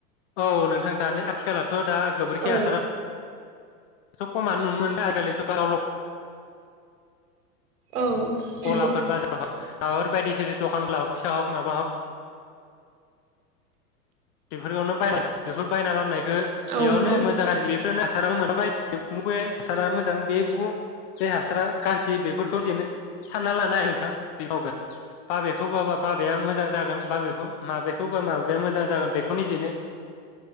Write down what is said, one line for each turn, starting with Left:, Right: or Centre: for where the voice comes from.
Left: औ नोंथां दानि आथिखाला थ' दा गोबोरखि
Right: औ
Left: हासारा बेखौ खमानो मोनबाय आगोलिथ बारावल'
Right: औ नंगौ
Left: गलाफोर बाजाराव हाब माबाफोर बायदिसिरि दखानब्ला हक फिसा हक माबा हक बेफोरखौनो बाय बेफोर बायना लाबनाय खो
Right: औ
Left: बेयावनो
Right: नंगौ
Left: मोजां गाज्रि खोनो हासाराव मोनाबाय मबे हासारा मोजां बेबो बे हासारा गाज्रि बेफोरखौ जेनो सानना लानो हायो नोंथां बे मावगोन बाबेखौ बाबा बाबाया मोजां जागोन बाबेखौ माबेखौबा माबाया मोजां जागोन बेखौ निजेनो